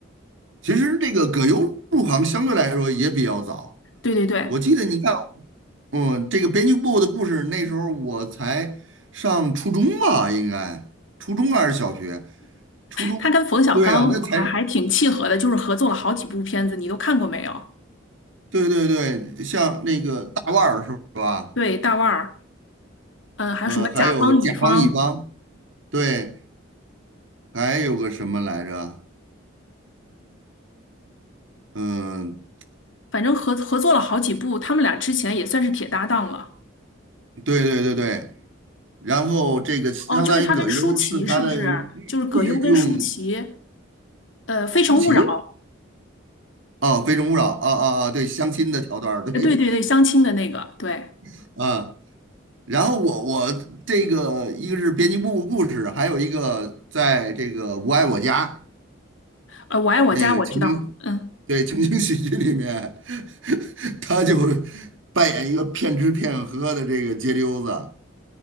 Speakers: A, on the right; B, on the left.
A: 其实这个葛优入行相对来说也比较早。
B: 对对对，
A: 我记得你看，嗯，这个编辑部的故事，那时候我才上初中吧，应该初中还是小学？初中，
B: 他跟冯小刚还还挺契合的，
A: 对啊，那才
B: 就是合作了好几部片子，你都看过没有？
A: 对对对，像那个大腕儿是吧？
B: 对，大腕儿。嗯，还有什么甲方乙方，
A: 嗯，还有甲方乙方，对，还有个什么来着？嗯，
B: 反正合合作了好几部，他们俩之前也算是铁搭档了。
A: 对对对对，然后这个相当于葛优是他的御御用
B: 哦，就是他跟舒淇是不是？就是葛优跟舒淇，呃，《非诚勿扰》，
A: 舒淇啊，《非诚勿扰》啊啊啊，对，相亲的桥段儿，对
B: 呃，对对对，相亲的那个，对，
A: <laughs> 啊。然后我我这个一个是编辑部故事，还有一个在这个《我爱我家》
B: 呃，《我爱我家》我知道，
A: 那个情景，
B: 嗯，
A: 对情景喜剧里面，<laughs> 他就扮演一个骗吃骗喝的这个街溜子。